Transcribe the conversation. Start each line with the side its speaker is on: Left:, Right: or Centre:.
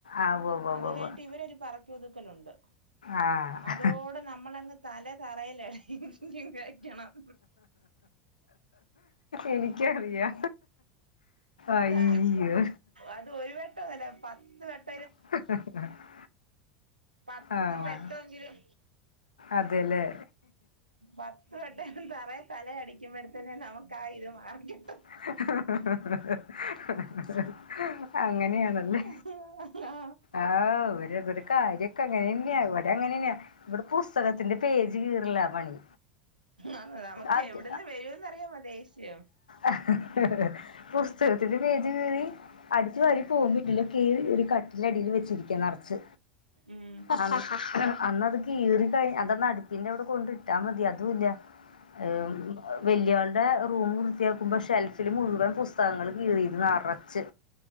Left: ആഹ് ഉവ്വ് ഉവ്വ്
Right: അത് കഴിഞ്ഞിട്ട്
Left: ഉവ്വ്
Right: ഇവര പറ ക്കി ഒതുക്കലുണ്ട്
Left: ആഹ്
Right: അതോട് നമ്മളങ്ങ് തല പറയലേട ഇനി കഴിക്കണം
Left: എനിക്കറിയാ അയ്യോ
Right: ത അത് ഒരു വട്ടല്ല പത്ത് വട്ട
Left: <unintelligible>
Right: പത്ത്
Left: ആഹ്
Right: വെട്ടവെങ്കിലും
Left: അതെല്ലേ
Right: പ പട്ട തറ തല അടിക്കുമ്പോഴത്തന്നെ നമുക്ക് ആഹ് ഇരു മാർഗം
Left: <unintelligible> അങ്ങനെയാണല്ലേ
Right: <unintelligible>
Left: ആഹ് ഓരകാര്യക്കൊ അങ്ങനെന്നെയ ഇവട അങ്ങനന്നെയാ ഇവിടെ പുസ്തകത്തിന്റെ പേജ് കീറല പണി
Right: ആഹ് നമുക്ക്
Left: അത്
Right: എവ്ട്ന്ന് വെരുംന്നറിയാമോ ദേഷ്യം
Left: അഹ ഹഹഹ പുസ്തകത്തിന്റെ പേജ് കീറി അടിച്ചു
Right: ഉം
Left: വാരി പോവുമ്പെ ഇണ്ടല്ലോ കീറി കീറി കട് ബെഡിന്റെ അടീല് വെച്ചിരിക്കാ നറച്ച്
Right: ഉം
Left: ഹ ഹ ഹ അൻ അന്നത് കീറി കഴി അതന്ന് അട്പ്പിന്റെ അവിടെ കൊണ്ട് ഇട്ടാ മതി അതുല്ല ഹെലോന്ന് വെൽയാള്ടെ റൂം വൃത്തിയാക്കുമ്പൊ ഷെൽഫില് മുഴുവെം പുസ്തകങ്ങള് കീറീത് നറച്ച്